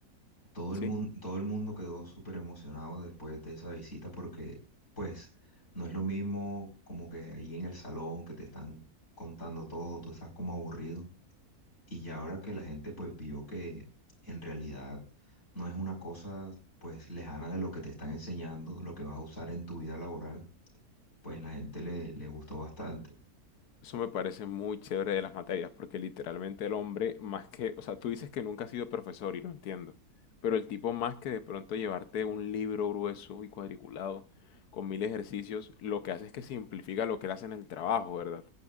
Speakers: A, on the left (about 50°); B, on the left (about 85°).
A: Todo
B: sí?
A: el mundo, todo el mundo quedó súper emocionado después de esa visita porque, pues, no es lo mismo como que ahí en el salón que te están contando todo, tú estás como aburrido. Y ya ahora que la gente pues vio que en realidad no es una cosa pues lejana de lo que te están enseñando, lo que vas a usar en tu vida laboral, pues la gente le, le gustó bastante.
B: Eso me parece muy chévere de las materias, porque literalmente el hombre, más que, o sea, tú dices que nunca has sido profesor y lo entiendo, pero el tipo más que de pronto llevarte un libro grueso y cuadriculado con mil ejercicios, lo que hace es que simplifica lo que él hace en el trabajo, ¿verdad?